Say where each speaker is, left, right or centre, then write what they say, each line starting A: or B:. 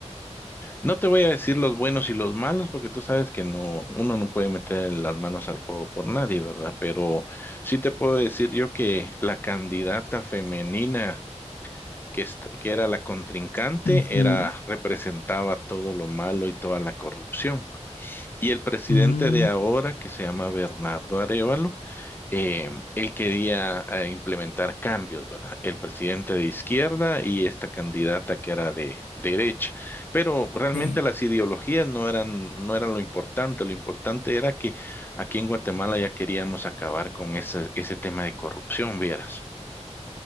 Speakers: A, on the left; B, on the left.
A: No te voy a decir los buenos y los malos, porque tú sabes que no, uno no puede meter las manos al fuego por nadie, ¿verdad? Pero sí te puedo decir yo que la candidata femenina que, est- que era la contrincante
B: ujú,
A: era, representaba todo lo malo y toda la corrupción. Y el presidente
B: mm,
A: de ahora, que se llama Bernardo Arevalo, eh, él quería eh, implementar cambios, ¿verdad? El presidente de izquierda y esta candidata que era de derecha. Pero realmente
B: ok.
A: las ideologías no eran, no eran lo importante. Lo importante era que aquí en Guatemala ya queríamos acabar con ese, ese tema de corrupción, vieras.